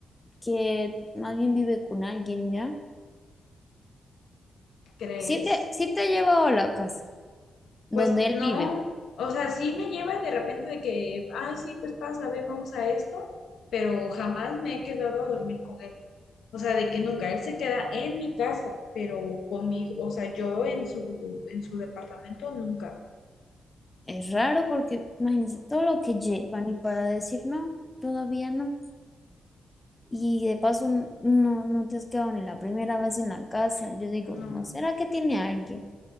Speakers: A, on the left; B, on the left.
A: que más bien vive con alguien ya?
B: ¿crees?
A: Sí te, sí te ha llevado a la casa donde
B: Pues
A: él
B: no,
A: vive.
B: o sea, sí me lleva de repente de que, ay, sí, pues pasa, ven, vamos a esto, pero jamás me he quedado a dormir con él. O sea, de que nunca, él se queda en mi casa, pero conmigo, o sea, yo en su, en su departamento nunca.
A: Es raro porque imagínense todo lo que llevan y para decir no, todavía no. Y de paso n- no, no te has quedado ni la primera vez en la casa. Yo digo,
B: No.
A: ¿no será que tiene a alguien?